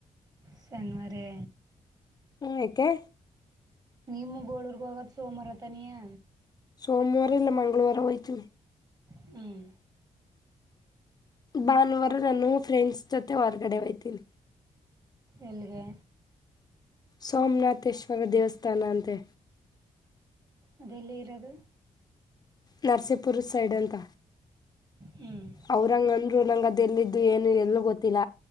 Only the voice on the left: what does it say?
ಹ್ಮ ಕೆ
ಸೋಮವಾರ ಇಲ್ಲ ಮಂಗಳವಾರ ವಹಿತು
ಭಾನುವಾರ ನಾನು ಫ್ರೆಂಡ್ಸ್ ಜೊತೆ ಹೊರ್ಗಡೆ ಹಯ್ತೀನಿ
ಸೋಮನಾಥೇಶ್ವರ ದೇವಸ್ಥಾನ ಅಂತೆ
ನರಸೀಪುರ ಸೈಡ್ ಅಂತ
ಅವರಂಗಂದ್ ನಂಗದು ಎಲ್ಲಿದ್ದು ಏನು ಎಲ್ಲೂ ಗೊತ್ತಿಲ್ಲ